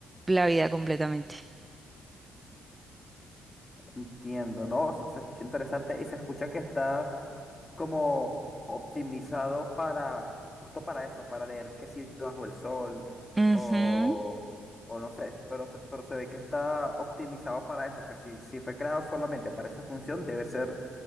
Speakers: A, on the right; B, on the left.
A: la vida completamente.
B: entiendo, ¿no? Se, se escucha interesante y se escucha que está como optimizado para, justo para eso, para leer que si bajo el sol
A: Ujú.
B: o, o no sé, pero, se- pero se ve que está optimizado para eso, pues si, si fue creado solamente para esa función, debe ser